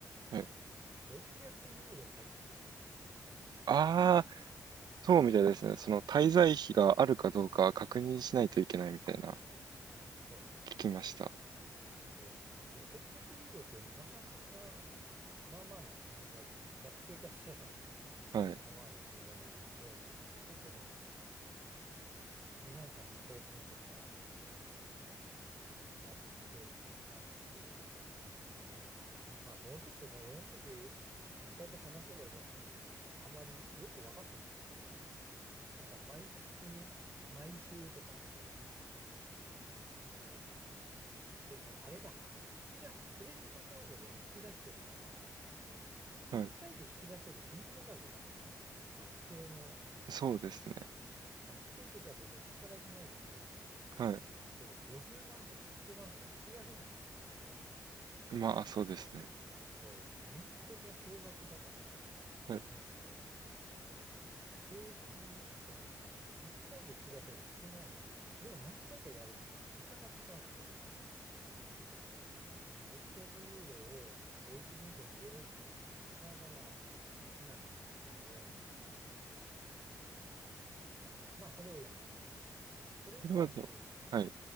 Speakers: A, on the right (about 70°); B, on the right (about 30°).
A: はい
B: 600ユーロ入ってないといけない。
A: ああ、そうみたいですね。その滞在費があるかどうか確認しないといけないみたいな、
B: そ
A: 聞きました。
B: う、そう。で、600ユーロってなかなか、まあまあな金額、学生化したら <laughs>
A: はい。
B: まあまあな金額なので、結構その、日本からの送金とかやってたので、なんか、まあもうちょっとね、俺の時、実家と話せばよかったんだけど、なんかあまりよく分かってなくて、なんか毎月、毎週とかってやってたり、あれだ、あの、引き出す、クレジットカードで引き出してたから、引き、
A: はい。
B: 1回で引き出せる限度額があったのよ。学生の、
A: そうですね。
B: 学生ってさ、別に働いてないからさ、
A: は
B: 例えば50万とか100万とか引き出せないんですよ。
A: い。まあ、そうですね。
B: そう、リミットが少額だから、
A: はい。
B: なんかこう、定期、そのなんか、1回で引き出せるの少ないので、それを何回かやるから、時間がかかるのよね。まあ、600ユーロをドイツ銀行に入れるっていうのが、なかなかな至難の技だったんで、あのーまあ、それをやります。それプラス、
A: それはでも、はい。